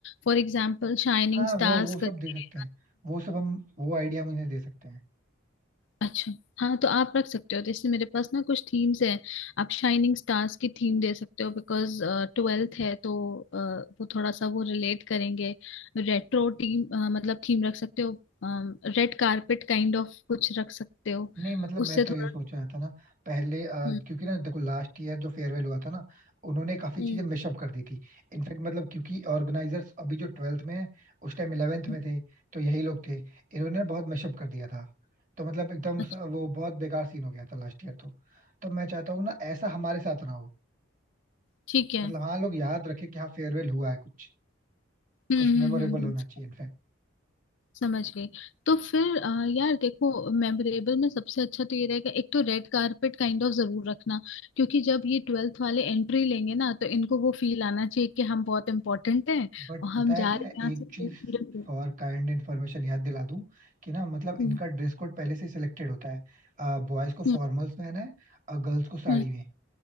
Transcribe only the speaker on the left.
फॉर एग्जांपल शाइनिंग
स्टार्स
करके
अच्छा हाँ तो आप रख सकते हो जैसे मेरे पास ना कुछ थीम्स हैं आप शाइनिंग स्टार्स की थीम दे सकते हो बिकॉज ट्वेल्थ है तो अ, वो थोड़ा सा वो रिलेट करेंगे रेट्रो टीम मतलब थीम रख सकते हो रेड कारपेट काइंड ऑफ कुछ रख सकते हो
उससे थोड़ा
हम्म
हम्म
हम्म,
अच्छा
ठीक है
हम्म
हम्म
हम्म हम्म।
समझ गई तो फिर अ, यार देखो मेमोरेबल में सबसे अच्छा तो ये रहेगा एक तो रेड कारपेट काइंड ऑफ जरूर रखना क्योंकि जब ये ट्वेल्थ वाले एंट्री लेंगे ना तो इनको वो फील आना चाहिए कि हम बहुत इम्पोर्टेंट हैं
और
हम
जा
रहे हैं यहाँ
से तो
पूरे पूरे-
हम्म,
हम्म,
हम्म,